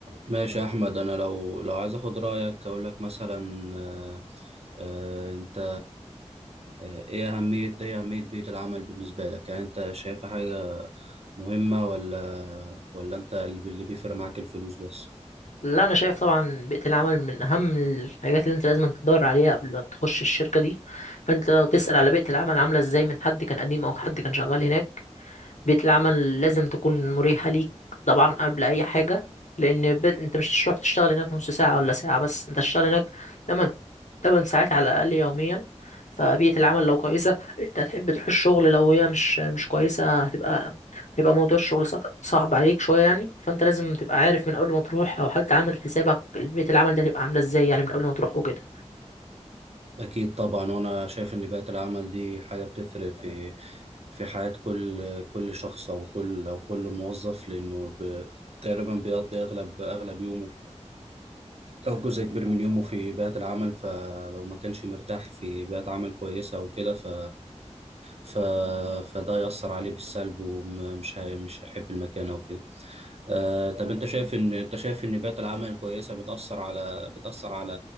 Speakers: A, on the right; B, on the left.
A: ماشي يا احمد انا لو لو عايز اخد رايك اقول لك مثلا آه، آه، انت آه، ايه اهميه ايه اهميه بيئه العمل بالنسبه لك يعني انت شايفها حاجه مهمه ولا ولا انت اللي اللي بيفرق معاك الفلوس بس
B: لا انا شايف طبعا بيئه العمل من اهم الحاجات اللي انت لازم تدور عليها قبل ما تخش الشركه دي فانت لو تسال على بيئه العمل عامله ازاي من حد كان قديم او حد كان شغال هناك بيئة العمل لازم تكون مريحة ليك طبعا قبل أي حاجة لأن بيت... أنت مش هتروح تشتغل هناك نص ساعة ولا ساعة بس أنت هتشتغل هناك تمن تمن ساعات على الأقل يوميا فبيئة العمل لو كويسة أنت هتحب تروح الشغل لو هي مش مش كويسة هتبقى هيبقى موضوع الشغل صع- صعب عليك شوية يعني فأنت لازم تبقى عارف من قبل ما تروح أو حتى عامل حسابك بيئة العمل ده هتبقى عاملة إزاي يعني من قبل ما تروح وكده
A: اكيد طبعا وانا شايف ان بيئه العمل دي حاجه بتفرق في في حياه كل كل شخص او كل او كل موظف لانه ب- تقريبا بيقضي اغلب اغلب يومه أو جزء كبير من يومه في بيئة العمل فلو ما كانش مرتاح في بيئة عمل كويسة أو كده ف... ف... فده يأثر عليه بالسلب ومش هي... مش هيحب المكان أو كده آه، طب أنت شايف إن أنت شايف إن بيئة العمل الكويسة بتأثر على بتأثر على